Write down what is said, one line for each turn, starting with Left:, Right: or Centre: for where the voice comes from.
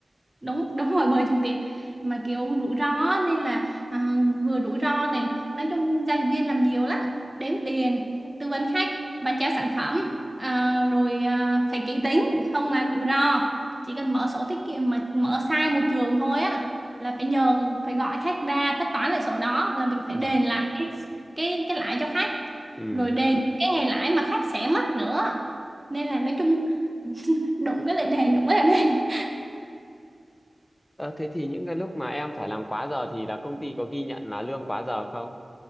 Right: đúng đúng rồi bơi trúng tuyển mà kiểu rủi ro á, nên là à, vừa rủi ro này nói chung giao dịch viên làm nhiều lắm đếm tiền tư vấn khách bán trả sản phẩm à, rồi à, phải kỹ tính không là rủi ro chỉ cần mở sổ tiết kiệm mà mở sai một trường thôi á là phải nhờ phải gọi khách ra tất toán lại sổ đó là mình phải
Left: Đúng
Right: đền
Left: rồi.
Right: lại cái cái cái lãi cho khách
Left: ừ
Right: rồi đền những cái ngày lãi mà khách sẽ mất nữa nên là nói chung <laughs> đụng cái lại đền đụng cái lại đền
Left: ờ, thế thì những cái lúc mà em phải làm quá giờ thì là công ty có ghi nhận là lương quá giờ không